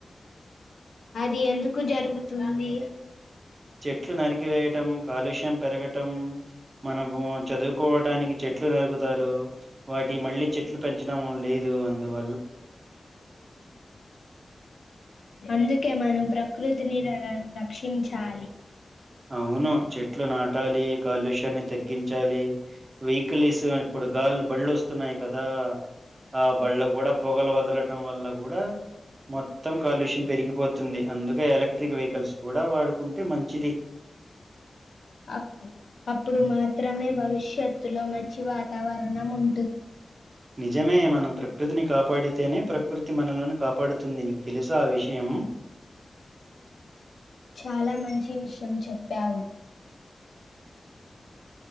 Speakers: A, on the left; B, on the right.
A: అది ఎందుకు జరుగుతుంది.
B: చెట్లు నరికివేయటం, కాలుష్యం పెరగటం మనం వాన్ చదువుకోవటానికి చెట్ చెట్లు నరుకుతారు వాటి మళ్ళీ చెట్లు పెంచడం లేదు అందువ
A: అందుకే మనం ప్రకృ తిని ర ర రక్షించాలి
B: అవును చెట్లు నాటాలి, కాలుష్యాన్ని తగ్గించాలి. వెహికలిల్సు ఇప్పుడు గాళ్లు బళ్లు వస్తున్నాయి కదా. ఆ బళ్ళ కూడా పొగలు వదలటం వల్ల కూడా. మొత్తం కాలుష్యం పెరిగిపోతుంది. అందుకే ఎలక్ట్రిక్ వెహికల్స్ కూడా వాడుకుంటే మంచిది
A: అప్ అప్పుడు మాత్ రమే భవిష్యత్తులో మంచి వాతావరణం ఉం
B: నిజమే మనం ప్రకృతిని కాపాడితేనే ప్రకృతి మనలో కాపాడుతుందిని తెలుసా ఆ విషయం
A: చాలా మంచి విషయం చెప్పావు.